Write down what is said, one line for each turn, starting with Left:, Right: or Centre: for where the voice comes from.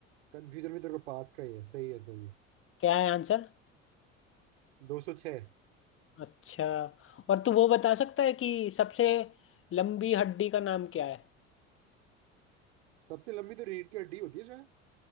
Right: कंफ्यूजन भी तेरे को पास का ही है सही है सही है
Left: क्या है आंसर
Right: दो सौ छह
Left: अच्छा और तू वो बता सकता है कि सबसे लंबी हड्डी का नाम क्या है
Right: सबसे लंबी तो रीढ़ की हड्डी होती है शायद